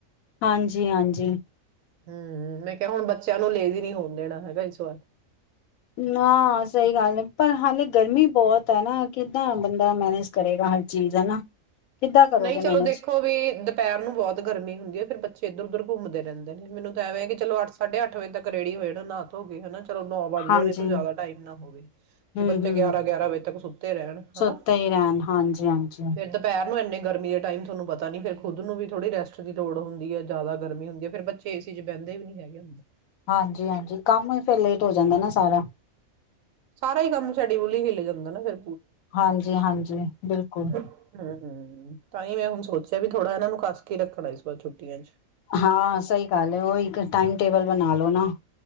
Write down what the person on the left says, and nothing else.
ਹਾਂਜੀ-ਹਾਂਜੀ।
ਨਾ ਸਹੀ ਗੱਲ ਏ। ਪਰ ਹਾਲੇ ਗਰਮੀ ਬਹੁਤ ਕਿਦਾਂ ਬੰਦਾ ਮੈਨੇਜ ਕਰੇਗਾ ਹਰ ਚੀਜ਼ ਹਨਾ। ਕਿੱਦਾਂ ਕਰੋਗੇ
ਮੈਨੇਜ
ਹਾਂਜੀ
ਹਮ
ਹਮ
ਸੁੱਤੇ
ਹੀ ਰਹਿਣ ਹਾਂਜੀ ਹਾਂਜੀ
ਹਾਂਜੀ ਹਾਂਜੀ ਕੰਮ ਹੀ ਫਿਰ ਲੇਟ ਹੋ ਜਾਂਦਾ ਨਾ ਸਾਰਾ।
ਹਾਂਜੀ ਹਾਂਜੀ ਬਿਲਕੁਲ।
ਹਾਂ ਸਹੀ ਗੱਲ ਹੈ ਉਹੀ ਟਾਈਮ ਟੇਬਲ ਬਣਾ ਲੋ ਨਾ।